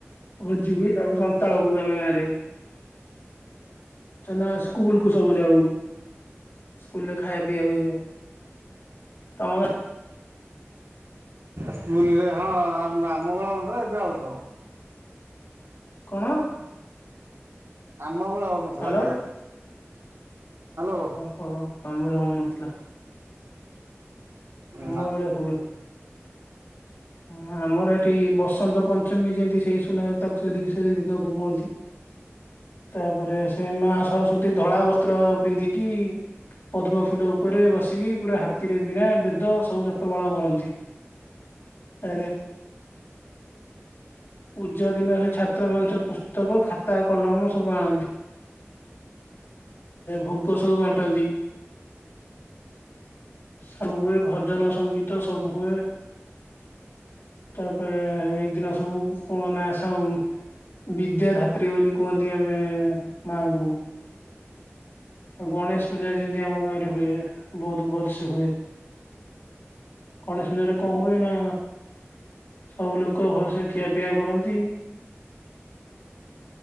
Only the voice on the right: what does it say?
ସ୍କୁଲରେ ହଁ ଆମ ବେଳେ ହୋଇନଥିଲା ଏବେ ହୋଉଥିବ।
ଆମ ବେଳେ ହଉନଥିଲା
ଖାଇଆକୁ। ହ୍ୟାଲୋ
ନା